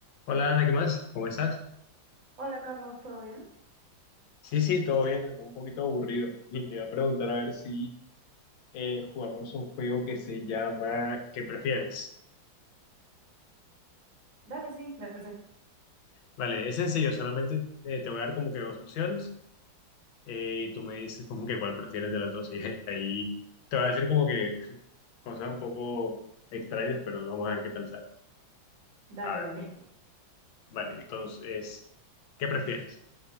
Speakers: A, on the left; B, on the right.
A: Hola Ana, ¿qué más? ¿Cómo estás?
B: Hola Carlos, ¿todo bien?
A: Sí, sí, todo bien, un poquito aburrido. Y te iba a preguntar a ver si eh, jugamos un juego que se llama ¿Qué prefieres?
B: Dale, sí, me parece.
A: Vale, es sencillo, solamente eh, te voy a dar como que dos opciones eh, y tú me dices como que cuál prefieres de las dos y <laughs> ahí ahí te voy a decir como que cosas un poco extrañas, pero vamos a ver qué tal sale.
B: Dale,
A: A ver,
B: dale.
A: vale, entonces, ¿qué prefieres?